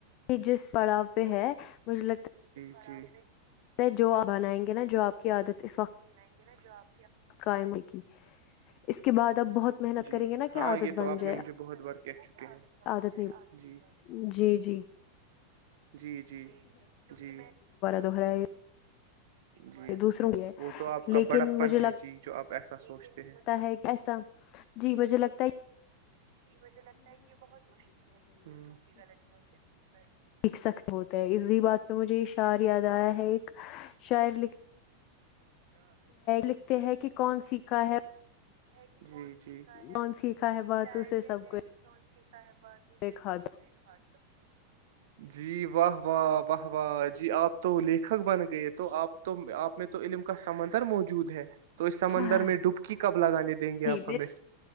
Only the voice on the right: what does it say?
جی
نا جو آپ
جی
ہاں
یہ
تو آپ
نے مجھے بہت بار کہہ چکے ہیں
جی
جی جی جی
جی
وہ تو آپ کا
بڑپن
ہے جی جو آپ ایسا سوچتے ہیں
جی مجھے لگتا ہے یہ بہت مشکل ہے کہ کی غط ہے چیز
ج سھا ہے
شار
کہتا
ہے
کہ کون سیکھا ہے بازو سے
سب
میں کھا جی واہ واہ واہ واہ جی آپ تو وہ لیکھک بن گئے گ تو آپ تو آپ میں تو علم کا سمندر موجود ہے تو اس سمندر
میں ڈبکی کب لگانے دیں گے آپ
ہمیں